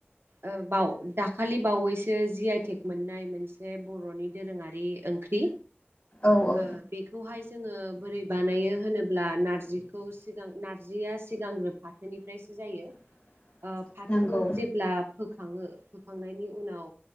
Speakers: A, on the right; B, on the left.
A: ओ बाव दाखालि बावैसो जि आइटेक मोननाय मोनसे बर'नि दोरोङारि ओंख्रि
B: औ औ
A: ओ बेखौहाय जोङो बोरै बानायो होनोब्ला नार्जिखौ सिगां नार्जिया सिगांग्रोब फाथोनिफ्रायसो जायो।
B: <inaudible>
A: ओ फाथोखौ
B: नंगौ
A: जेब्ला फोखाङो फोखांनायनि उनाव